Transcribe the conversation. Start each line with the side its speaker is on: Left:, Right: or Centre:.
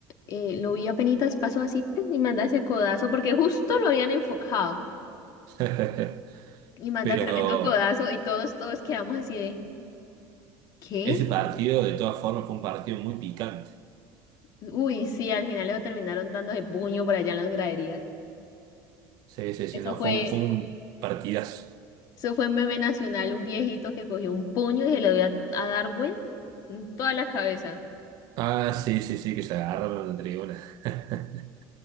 Left: eh, lo vi apenitas, pasó así, ¡pum! y manda ese codazo, porque justo lo habían enfocado,
Right: <laughs>
Left: y manda
Right: Pero
Left: tremendo codazo, y todos, todos quedamos así de, ¿qué?
Right: ese partido de todas formas fue un partido muy picante.
Left: Uy, sí, al final lo terminaron dándose puño por allá en las graderías.
Right: Sí, sí,
Left: Eso
Right: sí, no,
Left: fue,
Right: fue un, fue un partidazo.
Left: eso fue meme nacional, un viejito que cogió un puño y se lo dio a, a Darwin en toda la cabeza.
Right: Ah, sí, sí, sí, que se agarraron en la tribuna. <laughs>